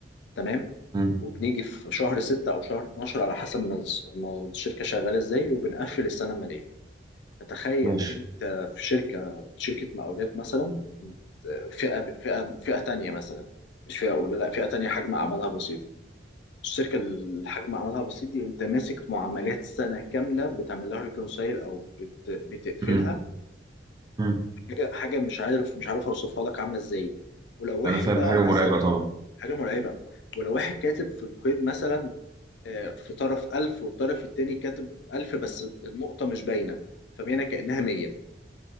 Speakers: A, on the left (about 70°); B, on the right (about 20°).
A: تمام
B: مم.
A: وبنيجي في شهر ستة أو شهر 12 على حسب ما الس- ما الشركة شغالة إزاي وبنقفل السنة المالية فتخيل
B: ماشي
A: أنت في شركة شركة مقاولات مثلا أنت فئة فئة فئة تانية مثلا مش فئة أولى لا فئة تانية حجم أعمالها بسيط الشركة اللي حجم أعمالها بسيط دي أنت ماسك معاملات سنة كاملة بتعمل لها ريكونسايل أو بت... بتقفلها
B: مم. مم.
A: حاجة حاجة مش عارف مش عارف أوصفها لك عاملة إزاي ولو واحد
B: انا فاهم
A: بقى
B: حاجه
A: مثلا
B: مرعبه طبعا
A: حاجة مرعبة ولو واحد كاتب في الكويت مثلا آه، في طرف ألف والطرف التاني كاتب ألف بس النقطة مش باينة فباينة كأنها مية